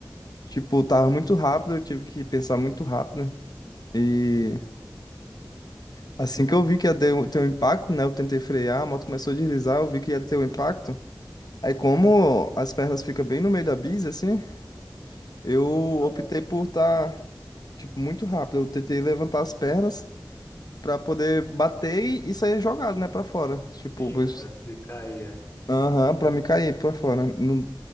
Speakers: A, on the left; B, on the left.
A: Tipo, tava muito rápido, eu tive que pensar muito rápido. E assim que eu vi que ia ter um ter um impacto, né? Eu tentei frear, a moto começou a deslizar, eu vi que ia ter um impacto. Aí como as pernas ficam bem no meio da bisa, assim, eu
B: Ah,
A: optei por estar, tipo, muito rápido. Eu tentei levantar as pernas pra poder bater e e sair jogado, né, pra fora. Tipo,
B: Sim,
A: pois-
B: antes de cair, é.
A: aham, pra me cair pra fora, não,